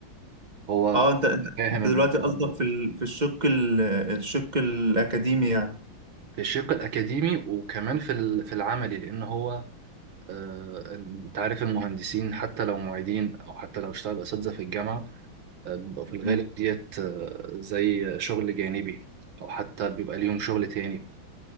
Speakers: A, on the right; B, on the right.
A: هو
B: اه انت انت
A: بيبقى
B: أنت
A: فاهم الموضوع
B: دلوقتي قصدك في ال- في الشق ال- الشق الاكاديمي يعني
A: في الشق الاكاديمي وكمان في ال- في العملي لان هو آه، انت عارف المهندسين حتى لو معيدين او حتى لو اشتغلوا اساتذه في الجامعه آه، بيبقوا في الغالب
B: مم.
A: ديت آه، زي شغل جانبي او حتى بيبقى ليهم شغل تاني